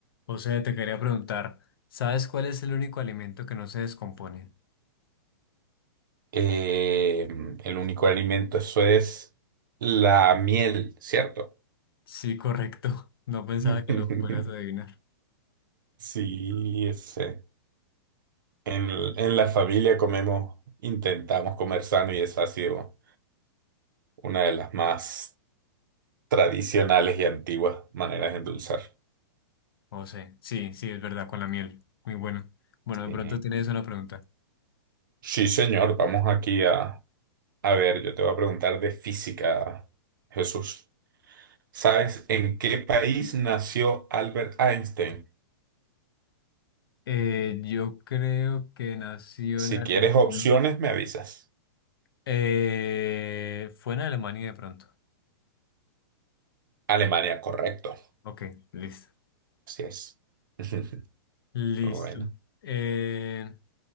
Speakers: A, on the left; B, on the right.
A: José, te quería preguntar, ¿sabes cuál es el único alimento que no se descompone?
B: Eh, el único alimento, eso es la miel, ¿cierto?
A: Sí, correcto. <laughs> No pensaba
B: <laughs>
A: que lo fueras a adivinar.
B: Sí, ese. En, en la familia comemos, intentamos comer sano y esa ha sido una de las más tradicionales y antiguas maneras de endulzar.
A: José, sí, sí, es verdad, con la miel. Muy bueno. Bueno, de
B: Sí,
A: pronto tienes una pregunta.
B: Sí, señor, vamos aquí a, a ver, yo te voy a preguntar de física, Jesús. ¿Sabes en qué país nació Albert Einstein?
A: Eh, yo creo que nació
B: Si
A: en Alemania.
B: quieres opciones, me avisas.
A: Eh, fue en Alemania de pronto.
B: Alemania, correcto.
A: Ok, listo.
B: Así es. <laughs>
A: Listo.
B: Bueno.
A: Eh,